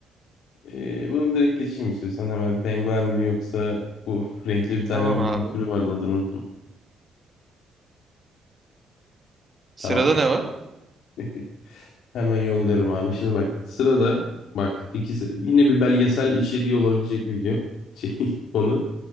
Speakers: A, on the left; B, on the right.
A: Ee, bunu direkt geçeyim istiyorsan. Hemen penguen mi yoksa bu renkli bir tane
B: Tamam
A: maymun
B: abi.
A: türü vardı adını unuttum.
B: Sırada
A: Tamam.
B: ne var?
A: <laughs> Hemen yolluyorum abi. Şimdi bak sırada bak ikisi yine bir belgesel içeriği olabilecek video şey, <laughs> konu.